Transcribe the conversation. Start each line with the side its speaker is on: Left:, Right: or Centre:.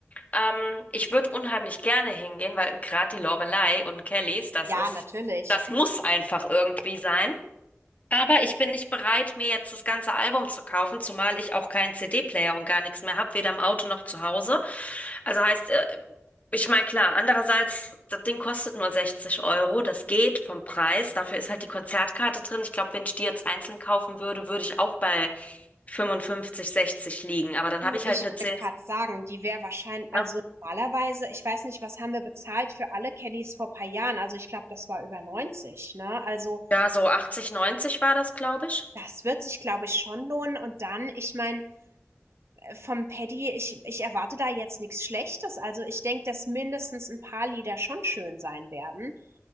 Left: Ähm, ich würde unheimlich gerne hingehen, weil gerade die Loreley und Kellys, das
Right: Ja,
Left: ist,
Right: natürlich.
Left: das muss einfach irgendwie sein. Aber ich bin nicht bereit, mir jetzt das ganze Album zu kaufen, zumal ich auch keinen CD-Player und gar nichts mehr habe, weder im Auto noch zu Hause. Also heißt, äh, ich meine, klar, andererseits, das Ding kostet nur 60 Euro, das geht vom Preis. Dafür ist halt die Konzertkarte drin. Ich glaube, wenn ich die jetzt einzeln kaufen würde, würde ich auch bei 55, 60 liegen. Aber dann
Right: Du,
Left: habe ich
Right: ich
Left: halt eine
Right: wollte
Left: 10,
Right: gerade sagen, die wäre wahrscheinlich,
Left: ne?
Right: also normalerweise, ich weiß nicht, was haben wir bezahlt für alle Kellys vor paar Jahren? Also ich glaube, das war über 90, ne? Also
Left: Ja, so 80, 90 war das, glaube ich.
Right: Das wird sich, glaube ich, schon lohnen. Und dann, ich meine, vom Paddy, ich, ich erwarte da jetzt nichts Schlechtes. Also ich denke, dass mindestens ein paar Lieder schon schön sein werden.